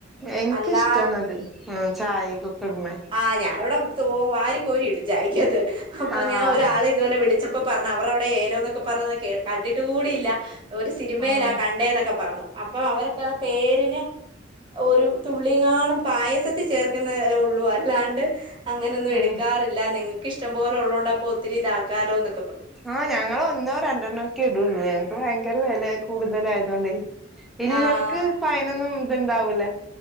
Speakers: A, in the centre; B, on the right.
A: എനിക്കിഷ്ടാണത്
B: അല്ലാ
A: ഉം ചായക്കൊക്കെ ഇട്ണെ
B: ആഹ് ഞാ ഇവടെ തോ വാരി കോരിയിടും ചായക്കകത്ത് അപ്പം
A: ആഹ്
B: ഞാൻ ഒരാള് ഇത് പോലെ വിളിച്ചപ്പോ പറഞ്ഞ് അവരവടെ ഏലോന്നോക്കെ പരന്നത് കെ കണ്ടിട്ട് കൂടിയില്ല ഒര് സിനിമെലാ
A: ആഹ്
B: കണ്ടേ എന്നൊക്കെ പറഞ്ഞു അപ്പം അവരാക്കാവടെ പേരിന് ഒര് തുള്ളിങ്ങാണം പായസത്തി ചേർക്കുന്നേ ഒള്ളൂ അല്ലാണ്ട് അങ്ങനെയൊന്നും
A: ഉം
B: എട്ക്കാറില്ല നിങ്ങക്ക് ഇഷ്ടം പോലെ ഉളോണ്ട് അപ്പം ഒത്തിരി ഇതാക്കാലോ എന്ന്
A: ആ ഞങ്ങള് ഒന്നോ രണ്ടെണ്ണൊയെക്കെ ഇടെള്ളൂ ഞങ്ങക്ക് ഭയങ്കര വെലേ കൂടുതല് ആയതൊണ്ടോ നിങ്ങൾക്ക്
B: ആ
A: ഇത് ഒണ്ടാവൂല്ല്യാ